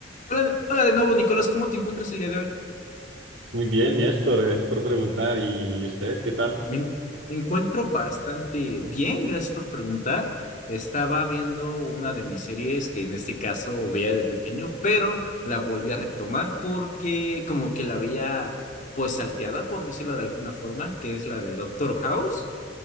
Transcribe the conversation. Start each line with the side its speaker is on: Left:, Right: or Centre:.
Left: Hola, hola de nuevo, Nicolás, ¿cómo te encuentras el día de hoy?
Right: Muy bien, Néstor, gracias por preguntar. ¿Y usted qué tal?
Left: Me, en- me encuentro bastante bien, gracias por preguntar. Estaba viendo una de mis series que en este caso veía de pequeño, pero la volví a retomar porque como que la veía pues salteada, por decirlo de alguna forma, que es la de Doctor House